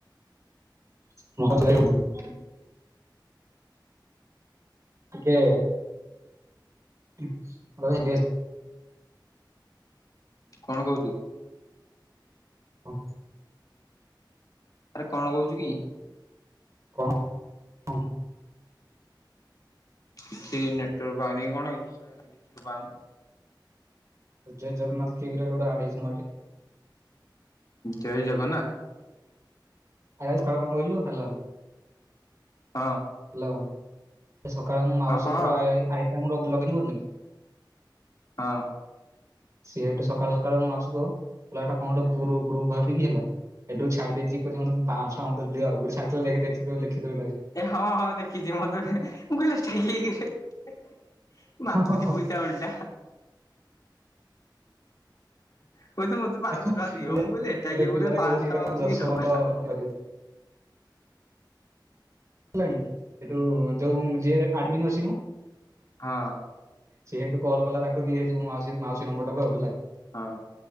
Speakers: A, on the right (about 40°); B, on the left (about 50°).
A: <unintelligible> ଟିକେ <unintelligible>
B: କଣ କହୁଚୁ?
A: ହଁ।
B: ଆରେ କଣ କହୁଚୁ କି?
A: କଣ ହଁ
B: କିଛି ନେଟୱର୍କ ପାଉନି କି କଣ କିଛି ଶୁଣା ଶୁଭା ଯାଉନି।
A: ଜଗନ୍ନାଥ କିଏ କିରେ ଗୋଟେ ଆଡ ହେଇଛି ନୂଆଟେ।
B: ଜୟ ଜଗନ୍ନାଥ।
A: ଆ ଆଜି କଣ କଣ କହିଲୁ ହାଲୋ।
B: ହଁ।
A: ହେଲୋ ସକାଳେ ମୁଁ ମାଉସୀ
B: ହଁ କହ
A: ପୁଅ ର ଆଇଡି ଲଗେଇନ କରୁନି କି?
B: ହଁ।
A: ସିଏ ହେଇଠୁ ସକାଳୁ ସକାଳୁ ମାଉସି ପୁଅ କହିଲାଟା କଣ ଗୋଟେ ଗୁ ଗ୍ରୁପ୍ ଭାବିକି ହେଲା। ଏଠୁ ଛାଡି ଦେଇଛି କହୁଛି ମତେ ପାଆଁସହ ଟଙ୍କା ଦିଅ ଆଉୋ ଗୋଟେ ଛାଡ଼ି ଦେଖିିଦବ ଗୋଟେ।
B: ଏ ହଁ ହଁ ଦେଖିଛି ମତେ ମୁଁ କହିଲି ଇଏ କିଏକିରେ ମାଗୁଛି
A: ହଁ ହଁ ହଁ।
B: ପଇସା। ଉଲଟା। କହୁଛି ମତେ ପାଞ୍ଚଶହ
A: <inaudible>
B: ଟଙ୍କା ଦିଅ ମୁଁ କହିଲି
A: ଏଟା
B: କିଏ ଗୋଟେ
A: ପିଲାଟା
B: ପାଞ୍ଚଶହ
A: କହୁଛି
B: ଟଙ୍କା
A: ଏଇଟା
B: ମାଗୁଛି
A: କଣ ଯଶବନ୍ତ
B: କି କକା ହଁ।
A: କରି ବାକୁ ହେଲଣି ଏଠୁ ଯୋଉ ଯିଏ ଆଡମୀନ ଅଛିମ
B: ହଁ।
A: ସିଏହେଠୁ କଲ କଲା ତାକୁ ଦିଆଇଯିବ ମ ମାଉ ମାଉସୀ ନମ୍ବର ଟାକୁ ଆଉ ହେଲା।
B: ହଁ।